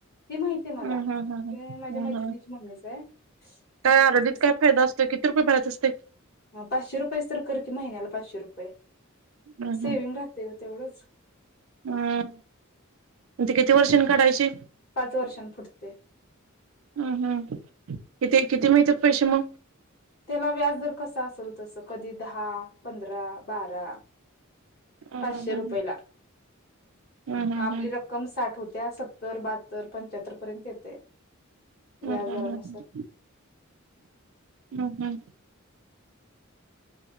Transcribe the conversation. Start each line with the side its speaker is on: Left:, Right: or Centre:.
Left: ते माहितीे आहे मला
Right: हम्
Left: ती
Right: हम् हम्
Left: माझ्या
Right: हम्
Left: मैत्रिणीची
Right: हम्
Left: मम्मीच आहे.
Right: काय
Left: हम्
Right: आरडीत काय फायदा असतोय. किती रुपये भरायच असते?
Left: पाचशे रुपयच तर कर की महिन्याला पाचशे रुपये
Right: हम्
Left: सेविंग राहते गं तेवढंच.
Right: हम, ती किती वर्षांनी काढायची.
Left: पाच वर्षान फुटते.
Right: हम् हम्म किती किती मिळतात मग पैसे मग,
Left: त्याला व्याज दर कसा असेल तस कधी दहा, पंधरा, बारा
Right: हं
Left: पाचशे
Right: हं हं
Left: रुपयेला
Right: हं हं
Left: मग आपली
Right: हं.
Left: रक्क कम साठ होत्या. सत्तर, बहात्तर, पंच्याहत्तर पर्यंत येते.
Right: हम्
Left: व्याजदरानुसार
Right: हम् हम् ह हम्म हम्म